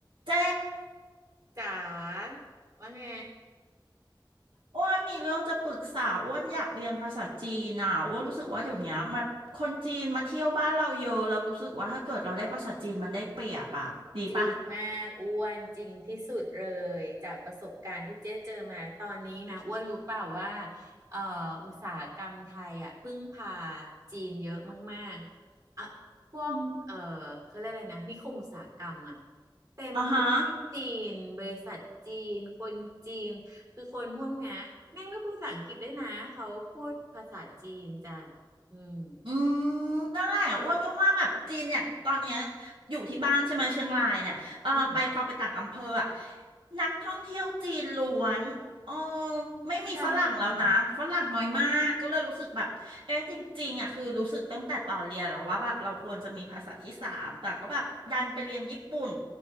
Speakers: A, on the right (about 80°); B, on the right (about 45°).
A: เจ๊
B: จ๋าว่าไง
A: อ้วนมีเรื่องจะปรึกษาอ้วนอยากเรียนภาษาจีนน่ะอ้วนรู้สึกว่าเดี๋ยวเนี้ยมาคนจีนมาเที่ยวบ้านเราเยอะเรารู้สึกว่าถ้าเกิดเราได้ภาษาจีนมันได้เปรียบอะดีปะ
B: จริงมากอ้วนจริงที่สุดเลยจากประสบการณ์ที่เจ๊เจอมาตอนนี้นะอ้วนรู้เปล่าว่าเอ่ออุตสาหกรรมไทยอ่ะพึ่งพาจีนเยอะมากๆอ่ะพวกเอ่อ
A: อืม
B: เขาเรียกอะไรนะนิคมอุตสาหกรรมอ่ะเต็มไปด้วยจีนบริษัทจีนคนจีนคือคนพวกเนี้ยแม่งไม่พูดภาษาอังกฤษด้วยนะเขาพูดภาษาจีนจ้ะ
A: อ่ะฮะ
B: อืม
A: อืมนั่นแหละอ้วนก็ว่าแบบจีนอย่างตอนเนี้ยอยู่ที่บ้านใช่ไหมเชียงรายเนี่ยเออไปพอไปต่างอำเภออะ
B: อืม
A: นักท่องเที่ยวจีนล้วนโอ้ไม่มีฝรั่งแล้วนะฝรั่งน้อยมากก็เลยรู้สึกแบบเอ๊ะจริงๆอะคือรู้สึกตั้งแต่ตอนเรียนแล้วว่าแบบเราควรจะมีภาษาที่สามแต่ก็แบบดันไปเรียนญี่ปุ่น
B: ใช่